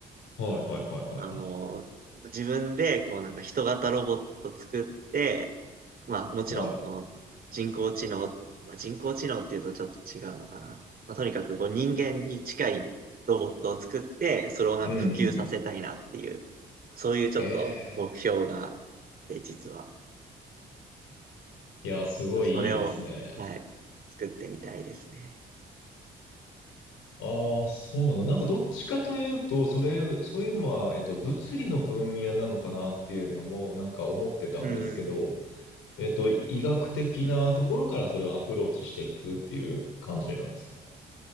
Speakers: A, on the left; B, on the right.
A: はいはいはいはいはい。
B: あの、自分でこうなんか人型ロボット作って、まあもちろんこの人工知能、
A: はい。
B: まあ、人工知能っていうとちょっと違うのかな。まあ、とにかくこう人間に近いロボットを作って、それをなんか普及させたいなっていう、
A: うんうん。
B: そういうちょっと目標があっ
A: へえ。
B: て、実は。
A: いや、すごいいいですね。
B: まあ、それを、はい、作ってみたいですね。
A: ああ、そうなんだ。なんかどっちかというと、それ、そういうのは、えっと、物理の分野なのかなっていうのも、なんか思ってたんですけど、
B: うん。
A: えっと、医学的なところからそれをアプローチしていくっていう感じなんですか